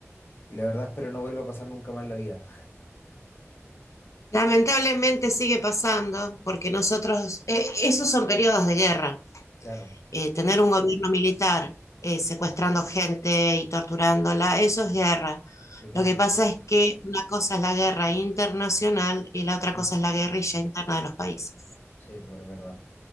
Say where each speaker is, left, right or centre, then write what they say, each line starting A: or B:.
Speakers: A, on the left; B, on the left.
A: y la verdad espero no vuelva a pasar nunca más en la vida.
B: Lamentablemente sigue pasando, porque nosotros, eh, esos son periodos de guerra.
A: Claro,
B: Eh, tener un gobierno militar eh, secuestrando gente y torturándola, eso es guerra.
A: por ejemplo,
B: Lo que pasa
A: lo-
B: es que una cosa es la guerra internacional y la otra
A: sí.
B: cosa es la guerrilla interna de los países.
A: Sí, pues, es verdad.